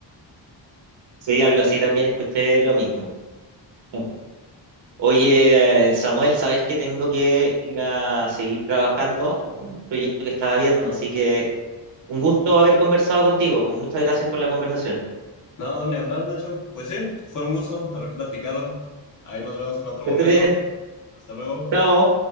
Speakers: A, on the right (about 75°); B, on the left (about 45°).
A: Sí, algo así también escuché lo mismo. <laughs> Oye, Samuel, sabes que tengo que ir a seguir trabajando un proyecto que estaba viendo, así que un gusto haber conversado contigo. Pues muchas gracias por la conversación.
B: No, ni hablar, Nacho. Pues sí, fue un gusto haber platicado. Ahí nos vemos en otro
A: Que
B: momento.
A: estés bien.
B: Hasta luego.
A: Chao.